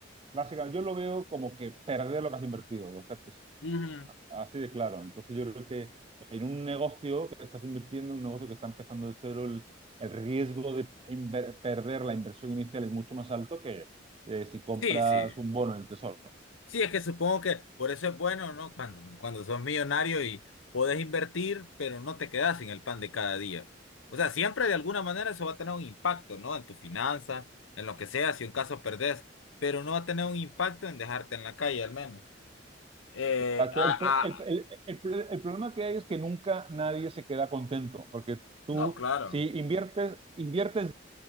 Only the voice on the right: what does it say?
Básicamente, yo lo veo como que perder lo que has invertido, o sea,
así de claro. Entonces yo creo que en un negocio que estás invirtiendo, un negocio que está empezando de cero, el, el riesgo de inver- perder la inversión inicial es mucho más alto que eh, si compras
un bono en el tesoro.
Exacto.
El, pro- el-
el- el- el problema que hay es que nunca nadie se queda contento, porque
Si inviertes, inviertes